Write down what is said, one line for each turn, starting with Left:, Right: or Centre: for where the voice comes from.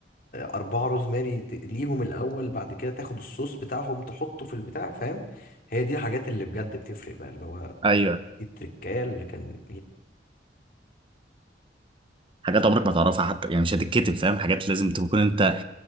Left: اربعة روزماري تقليهم الاول بعد كده تاخد الصوص بتاعهم تحطه في البتاع فاهم هي دي الحاجات اللي بجد بتفرق بقى اللي هو
Right: ايوه
Left: دي التركايه اللي كان
Right: حاجات عمرك ما تعرفها حتى يعني مش هتتكتب فاهم حاجات لازم تكون انت